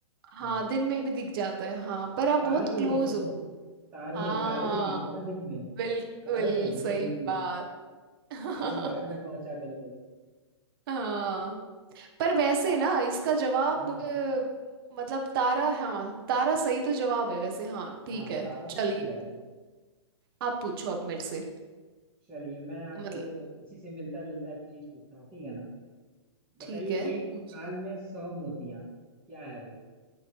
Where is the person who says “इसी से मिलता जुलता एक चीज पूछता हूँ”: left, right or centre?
Right